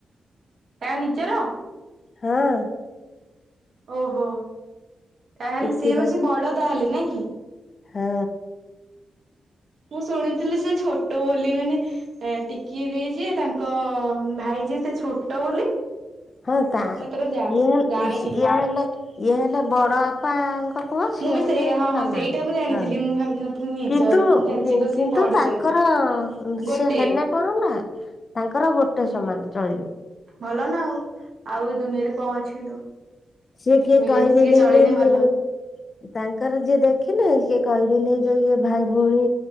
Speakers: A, on the right; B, on the left.
A: ତାର ନିଜର?
B: ହଁ।
A: ଓହୋ ତାହେଲେ
B: ଟିକି
A: ସିଏ
B: ବା
A: ହଉଛି ବଡ ତାହେଲେ ନାଇଁ କି?
B: ହଁ।
A: ମୁଁ ଶୁଣିଥିଲି ସେ ଛୋଟ ବୋଲି ମାନେ ଏ ଟିକି ଦେଇ ଯିଏ ତାଙ୍କ ଭାଇ ଯିଏ ସେ ଛୋଟ ବୋଲି।
B: ହଁ ତା
A: ମୁଁ ଏଥର ଯା
B: ଇଏ ହେଲେ
A: ଜାଣିନି।
B: ଇସ ଇଏ ହେଲେ ଇଏ ହେଲେ ବଡ ବାପାଙ୍କ ପୁଅ ସିଏ
A: ମୁଁ ବି
B: ହେଲେ
A: ସେଇଆ ହଁ
B: ସାନ
A: ହଁ ସେଇଟା
B: ବାପା
A: ମୁଁ ଜାଣିଥିଲି
B: ହଁ
A: ମୁଁ ଭାବିନଥିଲି ନିଜର
B: କିନ୍ତୁ।
A: ମୁଁ ଜାଣିଛି ତ ସିଏ
B: କିନ୍ତୁ
A: ପଢୁଛନ୍ତି।
B: ତାଙ୍କର
A: ଗୋଟେ।
B: ସିଏ ହେନ କଣ ହେଲା ତାଙ୍କର ଗୋଟେ ସମାନ ଚଳିବେ।
A: ଭଲ ନା ଆଉ ଆଉ ଏ ଦୁନିଆରେ କଣ ଅଛି କିନ୍ତୁ।
B: ସିଏ କିଏ
A: ମିଳିମିଶିକି
B: କହିବେନି
A: ଚଳିଲେ
B: ଯେ ଇଏ
A: ଭଲ।
B: ତାଙ୍କର ଯିଏ ଦେଖିଲେ କିଏ କହିବେନି ଯେ ଇଏ ଭାଇ ଭଉଣୀ।